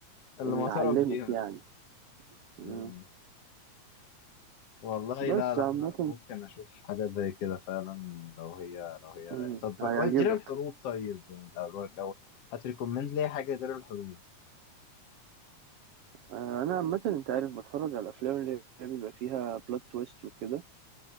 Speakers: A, on the left; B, on the right.
A: اللي
B: اللي
A: معترف
B: علمت
A: بيها
B: يعني مم.
A: آه. والله
B: بس
A: لا لا
B: عامة
A: انا ممكن اشوف حاجات زي كده فعلا لو هي لو هي رايقة.
B: مم،
A: طب
B: هيعجبك
A: غير الحروب طيب يعني لو لو هتريكومند لي حاجه غير الحروب
B: آه، أنا عامة أنت عارف بتفرج على الأفلام اللي هي بيبقى فيها بلوت تويست وكده